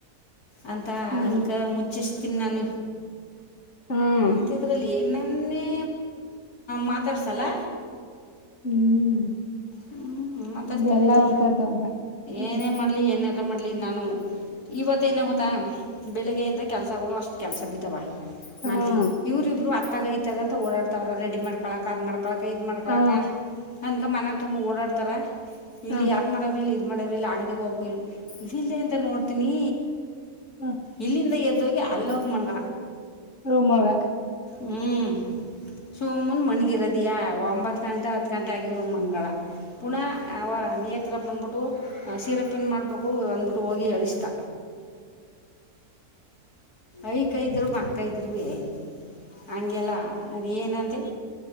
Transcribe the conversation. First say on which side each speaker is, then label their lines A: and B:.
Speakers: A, on the left; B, on the left.
A: ಅಂತ
B: ಹ್ಮ್
A: ಅನ್ಕ ಮುಚ್ಚಿಷ್ಟ ಇನ್ನಾನ
B: ಹ್ಮ್
A: ಅಂತಿದ್ರಲ್ಲಿ ಏನ್ ಅನ್ನೇ ಮಾತಾಡ್ಸಲ್ಲ.
B: ಹ್ಮ್.
A: ಹ್ಮ್ ಮಾತಾಡ್ತರಿ
B: ಅದೆಲ್ಲ
A: ಇಲ್ಲಿ
B: ಒಂತದ್ದ ಒಬ್ಬ ಇರ್ಲಿ
A: ಏನೇ ಮಾಡ್ಲಿ ಏನೆಲ್ಲ ಮಾಡ ನಾನು ಇವತ್ತ ಏನೇ ಗೊತ್ತಾ ಬೆಳಿಗ್ಗೆಯಿಂದ ಕೆಲಸಗಳು ಅಷ್ಟು ಕೆಲಸ ಬಿದ್ದಾವ.
B: ಹ್ಮ್
A: ಮಾಡಲಿ ಇವರಿಬ್ರು ಆ ತಗೈತದಂತ ಓಡ್ತವ್ರ ರೆಡಿ ಮಾಡ್ಕಳಕ್ ಅ್ ಮಾಡ್ಕ ಕಕೊಳಕ ಇದು ಮಾಡ್ಕೊಳಾಕ.
B: ಹ್ಮ್
A: ಅನಕ ಮನ ತುಂಬಾ ಓಡಾಡ್ತಾರ.
B: ಹ್ಮ್
A: ಇಲ್ಲಿ ಯಾರ್ ಮಾಡ್ ಇಲ್ಲಿ. ಇ ಮಾಡ್ರ ಇಲ್ಲ ಅಂಗಡಗ್ ಹೋಗ ಇಲು ಇವ ಇಲ್ಲ ಎಂತ ನೋಡ್ತೀನಿ.
B: ಹ್ಮ
A: ಇಲ್ಲಿಂದ ಎ್ದ ಜೊತೆಗೆ ಅಲ್ಲೋಗ ಮಾಡ
B: ಹೂಮಗ
A: ಹ್ಮ್. ಸೋಮನ್ ಮಣಿ ಹ ಇರದೀ ಒಂಬತ್ ಗಂಟಾ ಹತ್ ಗಂಟೆ ಆಗಿದ್ರು ಮಂಗಳ ಪುನಃ ಆ ನೀ ಆತ್ತತ್ರರ ಬಂದ್ಬಿಟ್ಟು ಸಿರಪ್ ನು ಮಾಡಬೇಕು ಅಂದ್ಬಿಟ್ಟು ಹೋಗಿ ಎಳಿಸ್ತ ಯ ಕೈರು ಅಕ್ಕ ಇದ್ರು ಭೀ ಹಗೆಲ್ಲ ಅದು ಏನಂತೆ